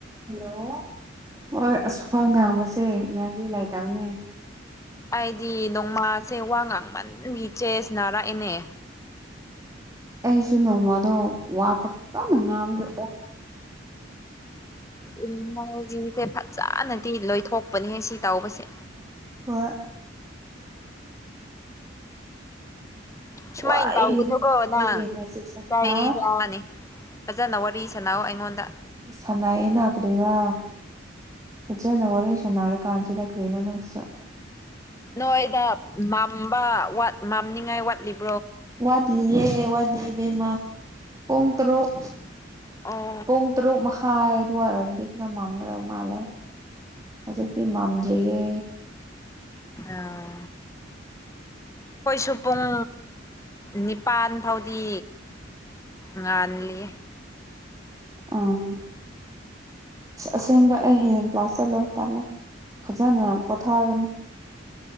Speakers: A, on the right (about 20°); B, on the left (about 15°).
A: ꯍꯜꯂꯣ ꯍꯣꯏ ꯑꯁ ꯈ ꯉꯥꯡꯕꯁꯦ ꯏꯅꯥꯔꯖꯤ ꯂꯩꯇꯕꯅꯦ
B: ꯑꯩꯗꯤ ꯅꯣꯡꯃꯥꯁꯦ ꯋꯥ ꯉꯥꯡꯃꯟꯒꯤ ꯆꯦꯁ ꯔꯛꯏꯦꯅꯦ
A: ꯑꯩꯁꯨ ꯅꯣꯡꯃꯗꯣ ꯋꯥꯄ ꯐꯅ ꯉꯥꯗ
B: ꯎ ꯅꯖꯤꯁꯦ ꯐꯖꯅꯗꯤ ꯂꯣꯏꯊꯣꯛꯄꯅꯦꯍ ꯁꯤ ꯇꯧꯕꯁꯦ
A: ꯍꯣꯏ
B: ꯁꯨꯃꯥꯏꯅ
A: ꯋꯥꯏꯅꯦ
B: ꯇꯧꯒꯅꯨꯀꯣ
A: ꯑꯩꯈꯣꯏꯒꯤ
B: ꯅꯪ
A: ꯏꯅꯔꯖꯤꯁꯦ
B: ꯀ
A: ꯍꯥ
B: ꯆꯅꯤ ꯐꯖꯅ ꯋꯥꯔꯤ ꯁꯥꯟꯅꯥꯑꯣ ꯑꯩꯉꯣꯟꯗ
A: ꯁꯥꯟꯅꯥꯌꯦ ꯅꯥꯗ꯭ꯔꯦꯔꯥ ꯍꯖꯅ ꯋꯥꯔꯤꯔ ꯁꯅꯔ ꯀꯥꯟꯁꯤꯗ ꯀꯅ ꯁꯥ
B: ꯅꯣꯏ ꯑꯩꯗ ꯃꯝꯕꯠ ꯃꯝꯅꯤꯡꯉꯥꯏ ꯋꯥꯠꯂꯤꯕ
A: ꯋꯥꯠꯂꯤꯌꯦ ꯋꯥꯠꯂꯤꯌꯦ ꯏꯕꯦꯝꯃꯥ ꯄꯨꯡ ꯇꯔꯨꯛ
B: ꯑꯣ
A: ꯄꯨꯡ ꯇꯔꯨꯛ ꯃꯈꯥꯏ ꯔꯗꯤ ꯈꯔꯣ ꯃꯥꯃꯗ ꯃꯥꯂ ꯑꯖꯤꯗꯤꯤ ꯃꯥꯝꯗ꯭ꯔꯤꯌꯦ
B: ꯑꯥ ꯑꯩꯈꯣꯏꯁꯨ ꯄꯨꯡ ꯅꯤꯄꯥꯥꯟ ꯐꯥꯎꯗꯤ ꯉꯜꯂꯤꯌꯦ
A: ꯑꯥ ꯑꯁ ꯑꯁꯦꯡꯕ ꯑꯩ ꯍꯌꯦꯡ ꯀ꯭ꯂꯥꯁ ꯆꯠꯂꯣꯏ ꯇꯥꯂ ꯐꯖꯅ ꯄꯣꯊꯥꯒꯅꯤ